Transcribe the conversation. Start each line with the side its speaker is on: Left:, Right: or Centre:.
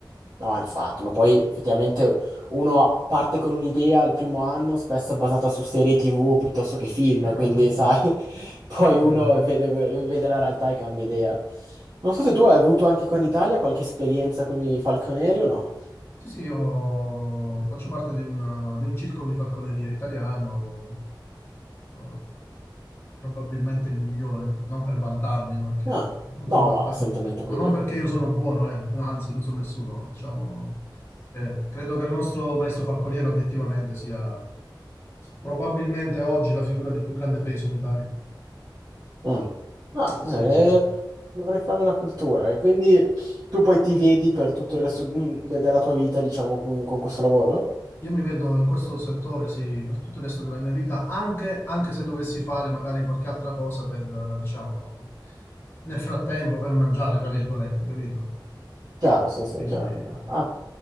Right: no, infatti, ma poi effettivamente uno parte con un'idea al primo anno, spesso basata su serie TV piuttosto che film,
Left: <laughs>
Right: quindi sai, <laughs> poi
Left: Sì,
Right: uno vede, vede la realtà e cambia idea. Non so se tu hai avuto anche qua in Italia qualche esperienza con i falconieri o no?
Left: sì, sì, io faccio parte di un, di un circolo di falconeria italiano, eh, probabilmente il migliore, non per vantarmi, perché,
Right: Ah,
Left: non per
Right: no,
Left: vantarmi,
Right: ma assolutamente puoi
Left: ma non
Right: dirlo.
Left: perché io sono buono, eh, anzi non sono nessuno, diciamo che credo che il nostro maestro falconiere obiettivamente sia probabilmente oggi la figura di più grande peso in Italia.
Right: Mm. Ah,
Left: Sì,
Right: eh,
Left: sì, sì.
Right: dovrei farmi una cultura e quindi tu poi ti vedi per tutto il resto mm, de- della tua vita, diciamo, con con questo lavoro?
Left: Io mi vedo in questo settore, sì, per tutto il resto della mia vita, anche, anche se dovessi fare magari qualche altra cosa per, eh, diciamo, nel frattempo per mangiare, fra virgolette, capito?
Right: Chiaro, sì, sì,
Left: Quindi.
Right: chiaro. Ah,